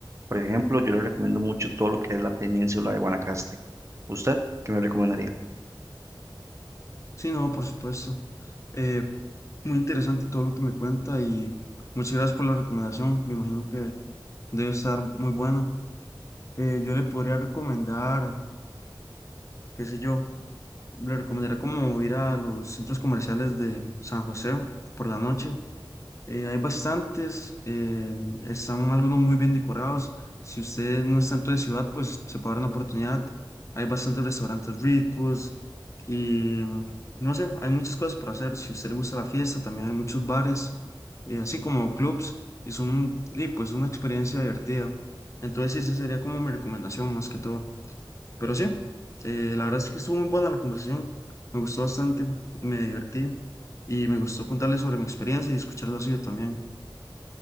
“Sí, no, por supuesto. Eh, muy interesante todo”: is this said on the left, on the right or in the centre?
Left